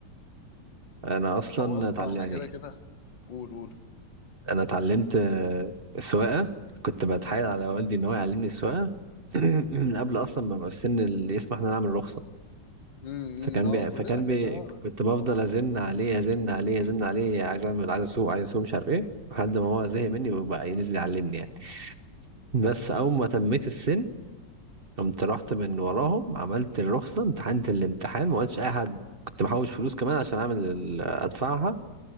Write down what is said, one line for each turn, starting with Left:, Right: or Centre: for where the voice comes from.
Right: أنا أصلا
Left: هو يا اسطى
Right: اتعلم
Left: انا
Right: يعني
Left: كده كده قول قول
Right: أنا اتعلمت آه، سواقة كنت بتحايل على والدي إن هو يعلمني السواقة <clears throat> من قبل أصلا ما أبقى في سن اللي يسمح إن أنا أعمل رخصة
Left: امم
Right: فكان
Left: اه
Right: بي...
Left: كلنا
Right: فكان
Left: كده
Right: بي...
Left: اه
Right: كنت بفضل
Left: طبعا
Right: أزن عليه أزن عليه أزن عليه عايز أعمل عايز أسوق عايز أسوق مش عارف إيه لحد ما هو زهق مني وبقى ينزل يعلمني يعني بس أول ما تميت
Left: مم.
Right: السن قمت رحت من وراهم عملت الرخصة امتحنت الامتحان ما قلتش أي حد كنت محوش فلوس كمان عشان أعمل ال- أدفعها